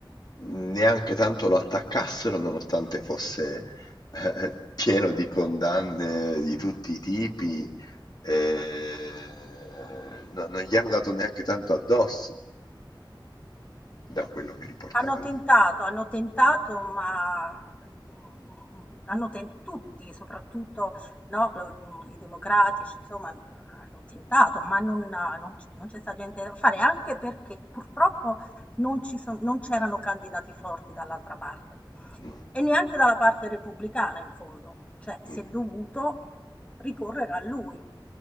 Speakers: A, on the left; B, on the left.
A: neanche tanto lo attaccassero, nonostante fosse eh, pieno di condanne di tutti i tipi, eh, no- non gli hanno dato neanche tanto addosso da quello che riportava
B: Hanno
A: lui.
B: tentato, hanno tentato, ma mhmm, hanno ten tutti, soprattutto, no, lo mhmm, i democratici, insomma, han hanno tentato, ma non non c non c'è stato niente da fare, anche perché purtroppo non ci son non c'erano candidati forti dall'altra parte.
A: Mm,
B: E neanche dalla parte repubblicana in fondo, cioè si
A: mm.
B: è dovuto ricorrere a lui.